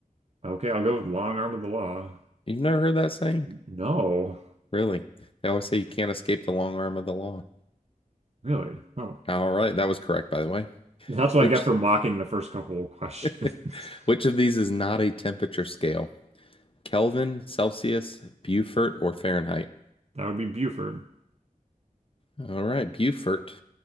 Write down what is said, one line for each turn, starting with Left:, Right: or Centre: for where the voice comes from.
Right: okay, I'll go with long arm of the law.
Left: You've never heard that saying?
Right: No.
Left: Really? They always say you can't escape the long arm of the law.
Right: Really? Oh.
Left: All right, that was correct, by the way.
Right: That's what
Left: Which
Right: I get for mocking the first couple of questions.
Left: <laughs>
Right: <laughs>
Left: which of these is not a temperature scale? Kelvin, Celsius, Beaufort, or Fahrenheit?
Right: That would be Buford.
Left: All right, Beaufort.